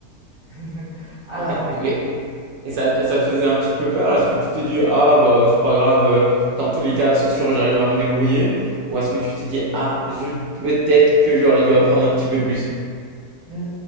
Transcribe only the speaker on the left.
<laughs> à
l'aventure.
Mmh,